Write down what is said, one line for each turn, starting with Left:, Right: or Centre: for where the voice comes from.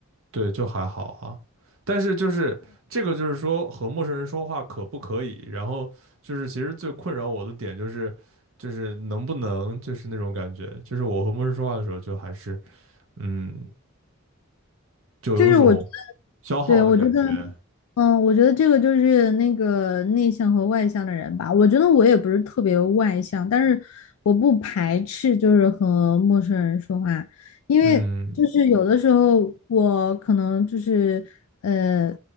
Right: 对，就还好啊。但是就是这个，就是说和陌生人说话可不可以？然后就是其实最困扰我的点就是，就是能不能就是那种感觉，就是我和陌生人说话的时候，就还是嗯，就有一种
Left: 就是我觉得
Right: 消耗的感觉。
Left: 对，我觉得。嗯，我觉得这个就是那个内向和外向的人吧。我觉得我也不是特别外向，但是我不排斥就是和陌生人说话，因为就是有的时候我可能就是。
Right: 嗯，
Left: 呃。